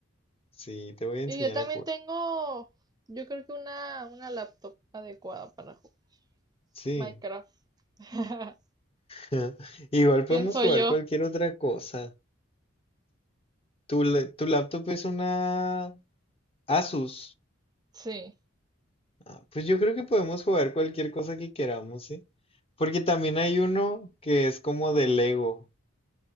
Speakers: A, on the left (about 30°); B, on the right (about 20°).
A: Sí, te voy a enseñar
B: Y yo también
A: a jugar.
B: tengo, yo creo que una, una laptop adecuada para ju-
A: Sí.
B: Minecraft. <laughs>
A: <laughs> Igual
B: Pienso
A: podemos jugar
B: yo.
A: cualquier otra cosa. Tu, le- tu laptop es una Asus.
B: Sí.
A: Ah, Pues yo creo que podemos jugar cualquier cosa que queramos, ¿sí? Porque también hay uno que es como de Lego